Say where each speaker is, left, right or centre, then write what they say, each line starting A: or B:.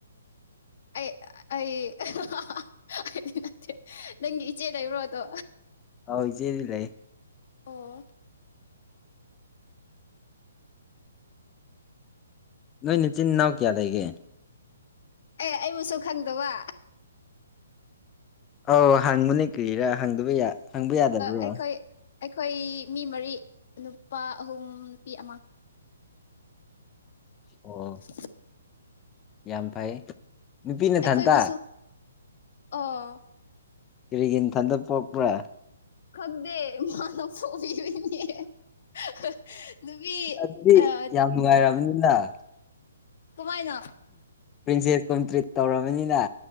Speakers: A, on the left; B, on the left.
A: ꯑꯩ ꯑꯩ ꯑꯩꯗꯤ ꯅꯠꯇꯦ ꯅꯪꯒꯤ ꯏꯆꯦ ꯂꯩꯕ꯭ꯔꯣꯗꯣ
B: ꯑꯧ ꯏꯆꯦꯗꯤ ꯂꯩ
A: ꯑꯣ
B: ꯅꯣꯏ ꯅꯆꯤꯟ ꯅꯅꯥꯎ ꯀꯌꯥ ꯂꯩꯒꯦ
A: ꯑꯦ ꯑꯩꯕꯨꯁꯨ ꯈꯪꯗꯕ
B: ꯑꯧ ꯍꯪꯕꯅꯦ ꯀꯔꯤꯔꯥ ꯍꯪꯗꯕ ꯍꯪꯕ ꯌꯥꯗꯕ꯭ꯔꯣ
A: ꯑꯩꯈꯣꯏ ꯑꯩꯈꯣꯏ ꯃꯤ ꯃꯔꯤ ꯅꯨꯄꯥ ꯑꯍꯨꯝ ꯅꯨꯄꯤ ꯑꯃ
B: ꯑꯣ
A: <inaudible>
B: ꯌꯥꯝ ꯐꯩ ꯅꯨꯄꯤ ꯅꯊꯟꯇ
A: ꯑꯩꯈꯣꯏꯕꯨꯁꯨ ꯑꯣ
B: ꯀꯔꯤꯒꯤ <unintelligible> ꯄꯣꯛꯄ꯭ꯔꯥ
A: ꯈꯪꯗꯦ ꯃꯥꯅ <unintelligible> ꯅꯨꯕꯤ
B: ꯑꯗꯨꯗꯤ
A: ꯑꯥ
B: ꯌꯥꯝ <unintelligible>
A: ꯀꯨꯃꯥꯏꯅ
B: ꯄ꯭ꯔꯤꯟꯁꯦꯁꯀꯨꯝ ꯇ꯭ꯔꯤꯠ ꯇꯧꯔꯕꯅꯤꯅ